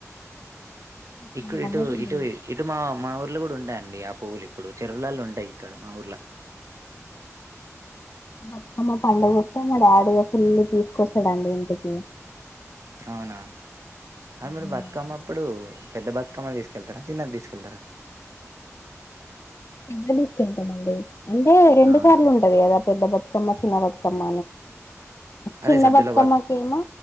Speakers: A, on the left (about 55°); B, on the right (about 65°).
A: ప్రశాంతంగా
B: ఇక్కడ ఇటు
A: తినేది
B: ఇటు ఇటు మా మా ఊర్లు కూడా ఉండే అండి ఆ పువ్వులు ఇప్పుడు చెరువులల్ల ఉంటాయి ఇక్కడ మా ఊర్ల
A: బతుకమ్మ పండుగ వస్తే మా డాడీ ఇగా ఫుల్ తీసుకొస్తాడండి ఇంటికి
B: అవునా అది మీరు
A: అవునండి.
B: బతుకమ్మ అప్పుడు పెద్ద బతుకమ్మ తీసుకెళ్తారా చిన్నది తీసుకెళ్తారా
A: పెద్దది తీసుకెళ్తామండి అంటే రెండు
B: అవునా
A: సార్లు ఉంటది కదా పెద్ద బతుకమ్మ కమ్మ చిన్న
B: అదే సద్దుల
A: బతుకమ్మ
B: బత్
A: నే చిన్న బతుకమ్మకేమో